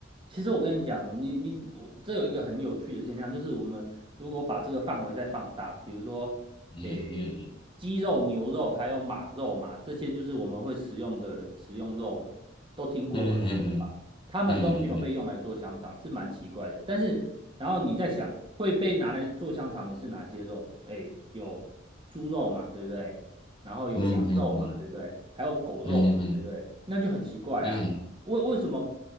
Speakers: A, on the right (about 25°); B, on the left (about 25°).
A: 其实我跟你讲，你你我这有一个很有趣的现象，就是我们如果把这个范围再放大，比如说，
B: 嗯嗯
A: 诶，鸡肉、牛肉还有马肉嘛，这些就是我们会食用的食用肉嘛，都听过嘛，
B: 嗯嗯
A: 没错吧？他们都没有被用来做香肠，
B: 嗯嗯嗯
A: 是蛮奇怪的。但是，然后你在想，会被拿来做香肠的是哪些肉？诶，有猪肉嘛，对不对？然后有羊肉嘛，
B: 嗯嗯
A: 对不对？还有狗肉嘛，
B: 嗯嗯嗯，
A: 对不对？那就很奇怪啊。
B: 嗯，
A: 为为什么